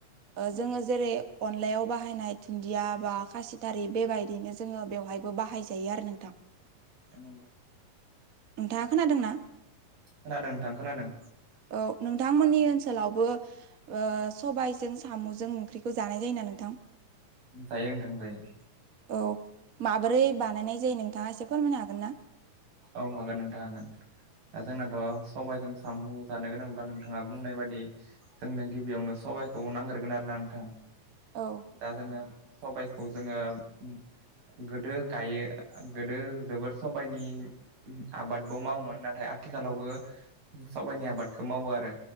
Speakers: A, on the right; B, on the right.
A: ओ
B: नंगौ
A: जोङो जेरै अनलायाव बाहायनाय दुन्दिया बा खासिथारि बेबायदिनो जोङो बेवहायबो बाहायजायो आरो नोंथां।
B: ओ नंगौ।
A: नोंथांङा खोनादोंना?
B: खोनादों नोंथां खोनादों।
A: औ नोंथांमोननि ओनसोलावबो ओ सबाइजों सामजों ओंख्रिखौ जानाय जायोना नोंथां?
B: जायो नोंथां जायो।
A: औ माबोरै बानायनाय जायो नोंथाङा एसे फोरमायनो हागोन ना?
B: औ हागोन नोंथां हागोन। ओ जोंनाथ सबाइजों सामु जानो गोनांब्ला नोंथाङा बुंनाय बायदि जोंनो गिबियावनो सबाइखौ नांग्रोगोन आरो ना नोंथां
A: औ
B: दा जोङो सबाइ खौ जोङो उम गोदो दायो गोदो जोबोर सबाइनि आबादबो मावोमोन नाथाय आथिखालावबो सबाइनि आबादखौ मावो आरो।